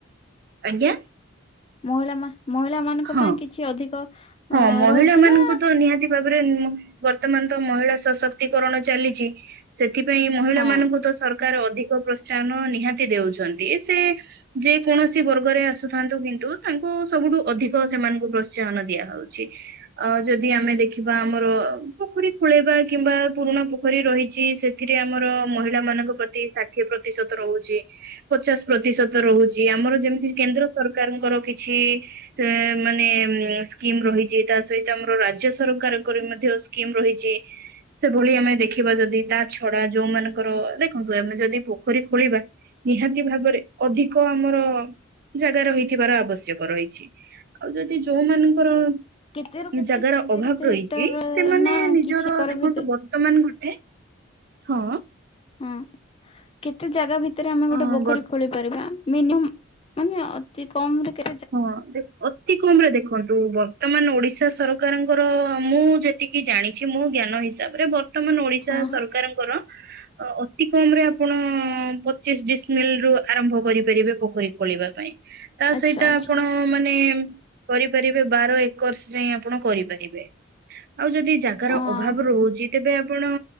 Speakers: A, on the right; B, on the left.
A: ଆଜ୍ଞା।
B: ମହିଳାମା ମହିଳା ମାନଙ୍କ
A: ହଁ
B: ପାଇଁ କିଛି ଅଧିକ
A: ହଁ
B: ଅ
A: ମହିଳା
B: ରହୁଛି
A: ମାନଙ୍କୁ
B: ନା
A: ତ ନିହାତି ଭାବ ଉପରେ ବର୍ତ୍ତମାନ ତ ମହିଳା ସଶକ୍ତିକରଣ ଚାଲିଛି। ସେଥିପାଇଁ ମହିଳାମାନଙ୍କୁ
B: ହଁ
A: ତ ସରକାର ଅଧିକ ପ୍ରୋତ୍ସାହନ ନିହାତି ଦଉଛନ୍ତି ସେ ଯେକୌଣସି ବର୍ଗରେ ଆସୁଥାନ୍ତୁ କିନ୍ତୁ ତାଙ୍କୁ ସବୁଠୁ ଅଧିକ ସେମାନଙ୍କୁ ପ୍ରୋତ୍ସାହନ ଦିଆ ଯାଉଛି। ଅ ଯଦି ଆମେ ଦେଖିବା ଆମର ପୋଖରୀ ଖୋଳେଇବା କିମ୍ବା ପୁରୁଣା ପୋଖରୀ ରହିଛି ସେ ଥିରେ ଆମର ମହିଳା ମାନଙ୍କ ପ୍ରତି ଷାଠିଏ ପ୍ରତିଶତ ରହୁଛି। ପଚାଶ ପ୍ରତିଶତ ରହୁଛି ଆମର ଯେମିତି କେନ୍ଦ୍ର ସରକାରଙ୍କର କିଛି ଏଁ ମାନେ ଉଁ ସ୍କିମ୍ ରହିଛି ତା ସହିତ ଆମର ରାଜ୍ୟ ସରକାରଙ୍କର ମଧ୍ୟ ସ୍କିମ୍ ରହିଛି। ସେଭଳି ଆମେ ଦେଖିବା ଯଦି ତା ଛଡା ଯୋଉମାନଙ୍କର ଦେଖନ୍ତୁ ଆମେ ଯଦି ପୋଖରୀ ଖୋଳିବା ନିହାତି ଭାବରେ ଅଧିକ ଆମର ଜାଗା ରହିଥିବାର ଆବଶ୍ୟକ ରହିଛି। ଆଉ ଯଦି ଯୋଉମାନ ଙ୍କର
B: କେତେରୁ କେତେ
A: ଜାଗାର
B: କେତେରୁ
A: ଅଭାବ
B: କେତେ
A: ରହିଛି
B: ହେକ୍ଟର
A: ସେମାନେ
B: ନା
A: ନିଜର
B: କିଛି କର
A: ଦେଖନ୍ତୁ
B: ଭିତରେ
A: ବର୍ତ୍ତ <unintelligible> ଗୋଟେ? ହଁ।
B: ହଁ କେତେ ଜାଗା ଭିତେରେ ଆମେ
A: ଅ
B: ଗୋଟେ ପୋଖରୀ
A: ବର୍
B: ଖୋଳି ପାରିବା? ମିନିୟମ୍ ମାନେ ଅତି କମରେ କେ
A: ହଁ ଦେଖ୍ ଅ ତି କମରେ ଦେଖନ୍ତୁ ବର୍ତ୍ତମାନ ଓଡିଶା ସରକାରଙ୍କର ମୁଁ ଯେତିକି ଜାଣି ଛି ମୋ ଜ୍ଞାନ ହିସାବରେ ବର୍ତ୍ତମାନ ଓଡିଶା
B: ହଁ
A: ସରକାରଙ୍କର ଅତି କମରେ ଆପଣ ପଚିଶ ଡିସ୍ମିଲ୍ ରୁ ଆରମ୍ଭ କରିପାରିବେ ପୋଖରୀ ଖୋଳିବା ପାଇଁ। ତା
B: ଆଚ୍ଛା
A: ସହିତ
B: ଆଚ୍ଛା
A: ଆପଣ ମାନେ କରିପାରିବେ ବାର ଏକର୍ସ ଯାଏଁ ଆପଣ କରିପାରିବେ। ଆଉ ଯଦି ଜାଗାର
B: ହଁ
A: ଅଭାବ ରହୁଛି ତେବେ ଆପଣ